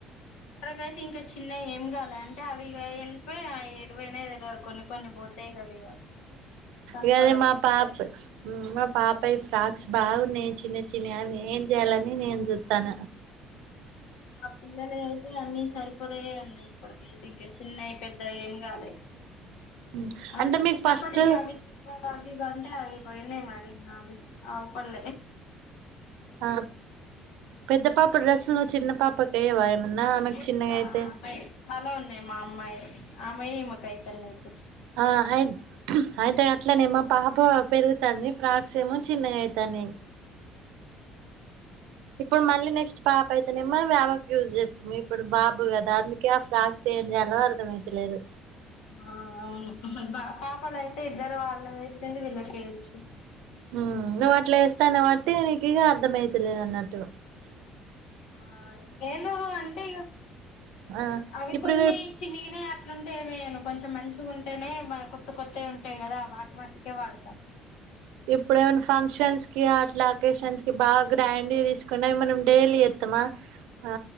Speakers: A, on the left (about 90°); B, on the right (about 85°).
A: అక్కరకైతే ఇంకా చిన్న ఏం కాల అంటే అవి ఇగ వెళ్ళిపోయి ఎటు పోయినయి తెలియ కొన్ని కొన్ని పోతాయి కదా ఇగ కనపడవు
B: గదే మా పాప మా పాపయి ఫ్రాక్స్ బాగున్నాయి చిన్న చిన్న అవి ఏం చేయాలని నేను చూతాన
A: మా పిల్లలు అయితే అన్నీ సరిపడా ఉన్నాయి ఇప్పటికైతే ఇంకా చిన్నవి పెద్దవి ఏం కాలే
B: <inaudible>
A: అంటే
B: మీకు
A: చిన్నప్పుటి
B: ఫస్ట్
A: అవి జుబ్బాలవి వి అంట అవి పోయినాయి మరి అవి అవుపలే
B: ఆ పెద్ద పాప డ్రెస్సులు చిన్న పాప అయ్యావా ఏమన్నా న్నా అమేకు
A: ఏస్తా
B: చిన్నగా అయితే
A: ఆమె చాలా ఉన్నాయి మా అమ్మాయి ఆమవే ఈమెకుఅయితలేదు
B: ఆ అయి అయితే అట్లనే మా పాప పెరుగుతంది ఫ్రాక్స్ ఏమో చిన్నగా అయితనయి ఇప్పుడు మళ్ళీ నెక్స్ట్ పాప అయితేనేమ్మో ఆమెకు యూజ్ చేస్తాము ఇప్పుడు బాబు కదా అందుకే ఆ ఫ్రాక్స్ ఏం జేయాలో అర్థమయితలేదు
A: ఆ అవును పాపలు అయితే ఇద్దరూ వాళ్ళ వేసింది వీళ్ళకెయొచ్చు
B: హు నువు అట్లే వేస్తానే బట్టి నీకు ఇక అర్థమవుతలేదన్నట్టు
A: ఆ నేను అంటే
B: ఆ
A: అవి
B: ఇప్పుడు
A: కొన్ని చిన్నిగిన లుంటే ఏమేను కొంచెం మంచిగా ఉంటేనే కొత్త కొత్తవి ఉంటాయి కదా వాటి మట్టుకే వాడతా
B: <inaudible> ఇప్పుడ ఏమైనా ఫంక్షన్స్ కి అట్లా అకేషన్స్ కి బాగా గ్రాండ్ తీసుకున్నా మనం డైలీ ఎత్తామా ఆ